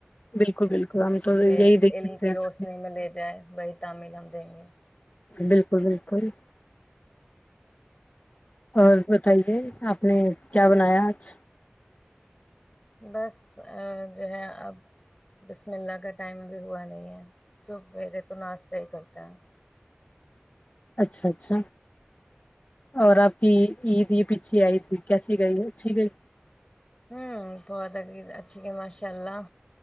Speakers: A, on the left; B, on the left.
A: بالکل بالکل ہم تو
B: جو
A: یہی دیکھ
B: علم
A: سکتے
B: کی
A: ہیں
B: روشنی میں لے جائے ب <unintelligible> تامل ہم دیں گے <inaudible>
A: بالکل بالکل <unintelligible> اور بتائیے <unintelligible> آپ نے کیا بنایا آج <unintelligible>
B: بس جو ہے اب بسم اللہ کا ٹائم بھی ہوا نہیں ہے صبیرے تو ناشتہ ہی کرتے ہیں <unintelligible>
A: اچھا اچھا اور آپ کی عید یہ پیچھے آئی تھی کیسی گئی اچھی گئی <unintelligible>
B: ہ بہتگی اچھی کی ماشاء اللہ